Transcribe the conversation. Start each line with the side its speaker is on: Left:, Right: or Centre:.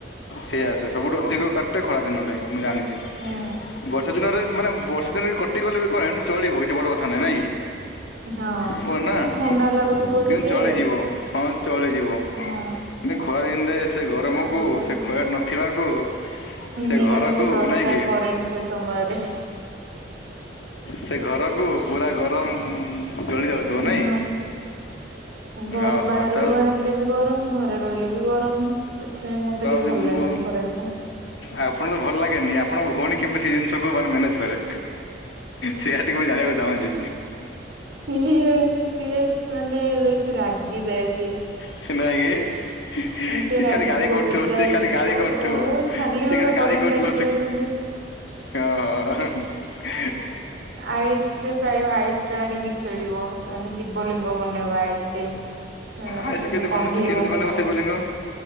Left: ସେ ଆସେ ସବୁଠୁ ଅଧିକ କାଟେ ଖରା ଦିନରେ ନାଁ ମୁଁ ଜାଣିଛି
Right: ହୁଁ
Left: ବର୍ଷା ଦିନରେ ମାନେ ବର୍ଷା ଦିନରେ କଟି ଗଲେ ବି କରେଣ୍ଟ୍ ଚଳିବ କିଛି ବଡ କଥା ନାହିଁ ନାଇଁ
Right: ହଁ
Left: କୁହ ନା
Right: ଥଣ୍ଡା ଲାଗୁଥିବ
Left: କିନ୍ତୁ
Right: ଟିକେ
Left: ଚଳିଯିବ ହଁ ଚଳିଯିବ।
Right: ହଁ
Left: କିନ୍ତୁ ଖରା ଦିନରେ ସେ ଗରମକୁ
Right: ଆଉ
Left: ସେ କରେଣ୍ଟେ ନଥିବାକୁ ସେ
Right: ନିହାତି
Left: ଘରକୁ
Right: ଦରକାର୍
Left: ନାଇଁ କି
Right: କରେଣ୍ଟ ସେ ସମୟରେ
Left: ସେ ଘରକୁ ପୁରା ଗରମ ଜଳି ଯାଉଥିବ
Right: ହଁ
Left: ନାଇଁ
Right: ଘରୁ
Left: ଓହୋ
Right: ବାହାରକୁ
Left: ତ
Right: ବାହାରିଲେ ବି ଗରମ ଘ ଘରେ ରହିଲେ ବି ଗରମ ସେଥିପାଇଁ ମତେ ଟିକେ
Left: ଯେ
Right: ଭଲ
Left: ମୁଁ
Right: ଲାଗେନି ଖରା ଦିନ
Left: ଆପଣ ତ ଭଲ ଲାଗେନି ଆପଣଙ୍କ ଭଉଣୀ କେମିତି ସେ ଜିନିଷକୁୁ ମାନେ ମ୍ୟାନେଜ କରେ ସେୟା ଟିକୁ ମୁଁ ଜାଣିବାକୁ ଚାହୁଁଛି
Right: ସିଏ ସିଏ ମାନେ ବେଶୀ ରାଗି ଯାଏ ସିଏ
Left: ନାଇଁ ଏ
Right: ଆଉ ସିଏ ରାଗିଯିବ
Left: ଗାଳି କରଥୁବ
Right: ବିଜାର
Left: ସିଏ ଖାଲି
Right: ହେଇଯିବ
Left: ଗାଳି କରଥୁବ
Right: ଆଉ
Left: ସିଏ
Right: ଗୋଟେ
Left: ଖାଲି ଗାଳି
Right: କରେଣ୍ଟ
Left: କରଥୁବ
Right: କାଟି ଦଉଛନ୍ତି
Left: ହଁ
Right: ଆଇସ୍ ପ୍ରାୟ ଆଇସ୍ ରେ ଆଣିକି ଖେଳିବ ମାନେ ଶିବଲିଙ୍ଗ ବନେଇବ ଆଇସ୍ ରେ ଏ
Left: ଆୟୁଷ କେମିତି
Right: କଣ୍ଢେଇ
Left: ବନ କେମିତି
Right: ବନେଇବ
Left: ସେ ବୋଲିଙ୍ଗ